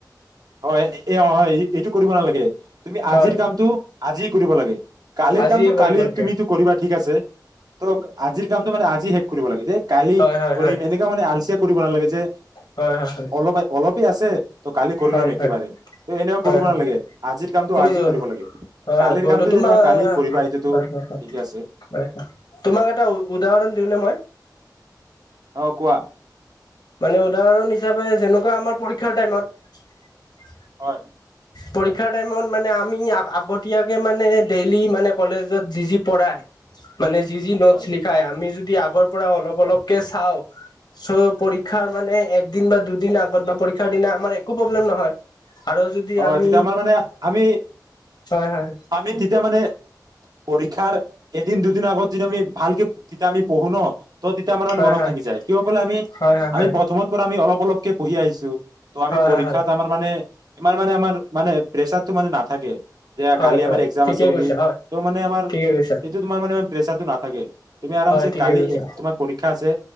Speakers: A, on the right; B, on the left.
A: হয় এ অ হয় এইটো কৰিব নালাগে। তুমি
B: হয়।
A: আজিৰ কামটো আজি কৰিব লাগে। কালিৰ
B: আজিয়ে
A: কামটো
B: কৰিব
A: কালি
B: লাগে
A: তুমি কৰিবা ঠিক আছে। ত আজিৰ কামটো মানে আজি শেষ কৰিব লাগে। দ কালি
B: হয় হয়
A: কৰিম
B: হয়
A: এনেকোৱা মানে আলোচনা তে কৰিব নালাগে। যে
B: হয় হয়
A: অলপ অলপে আছে ত কালি কৰি
B: হয়
A: ল'ম একেবাৰে
B: হয়
A: ত এনেকুৱা
B: হয়
A: কৰিব
B: হয়
A: নালাগে আজিৰ কামটো
B: হয়
A: আজি কৰিব লাগে
B: হয়
A: কালিৰ
B: বন্ধু
A: কামটো যেনিবা
B: হয়
A: কালি কৰিবা এইটোতো
B: হয় হয়
A: ঠিকে আছে
B: তোমাৰ তোমাক এটা উদাহৰণ দিওঁনে মই
A: অ কোৱা
B: মানে উদাহৰণ হিচাপে যেনেকোৱা আমাৰ পৰীক্ষাৰ টাইমত
A: হয়।
B: পৰীক্ষাৰ টাইমত মানে আমি আগতীয়াকে মানে ডেইলি মানে কলেজত যি যি পঢ়ায় মানে যি যি নোটছ
A: হয়
B: লিখায় আমি যদি আগৰ পৰা অলপ
A: হয়
B: অলপকে চাওঁ চ পৰী ক্ষাৰ
A: হয়
B: মানে একদিন বা দুদিন আগত বা পৰীক্ষাৰ দিনা আমাৰ একো প্ৰব্লেম নহয়। আৰু যদি
A: হয়
B: আমি
A: তেতিয়া আমাৰ মানে আমি
B: হয় হয়
A: আমি তেতিয়া মানে পৰীক্ষাৰ এদিন দুদিনৰ আগত যেতিয়া আমি ভালকে তেতিয়া আমি পঢ়ো ন ত তেতিয়া আমাৰ মানে
B: হয়
A: মনত
B: হয়
A: থাকি যায়। কিয় কলে আমি
B: হয় হয়
A: আমি
B: হয়
A: প্ৰথমৰ পৰা আমি অলপ অপলকে পঢ়ি আহিছো। ত আমি
B: হয়
A: পৰীক্ষাত
B: হয় হয়
A: আমাৰ মানে ইমান মানে আমাৰ মানে প্ৰেছাৰটো মানে নাথাকে। এয়া
B: হয়
A: কালি
B: হয়
A: আমাৰ এক্সাম
B: ঠিকে
A: আছে বুলি
B: কৈছা হয়
A: ত' মানে আমাৰ
B: ঠিকে কৈছা
A: এইটো তোমাৰ মানে প্ৰেচাৰটো না তাকে। তুমি আৰামছে
B: হয় ঠিকে
A: কালি
B: কৈছা।
A: তোমাৰ পৰীক্ষা আছে।